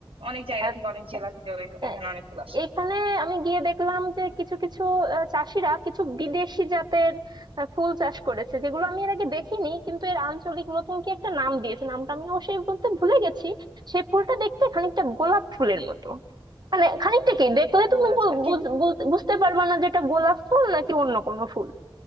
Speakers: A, on the right (about 85°); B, on the right (about 50°).
A: অনেক জায়গা
B: আহ,
A: থেকে অনেক জেলা থেকে ওই- ওইখানে
B: আহ,
A: অনেক ফুল আসে
B: এইখানে আমি গিয়ে দেখলাম যে কিছু কিছু আহ, চাষিরা কিছু বিদেশি জাতের আহ, ফুল চাষ করেছে যেগুলো আমি এর আগে দেখিনি কিন্তু এর আঞ্চলিক নতুন কি একটা নাম দিয়েছে নামটা আমি অবশ্যই বলতে ভুলে গেছি সেই ফুলটা দেখতে খানিকটা গোলাপ ফুলের মতো মানে খানিকটা কি দেখলে
A: ও
B: তুমি
A: আচ্ছা
B: বু-
A: কি
B: বুঝ- বুঝ- বুঝতে পারবা না যেটা গোলাপ ফুল নাকি অন্য কোনো ফুল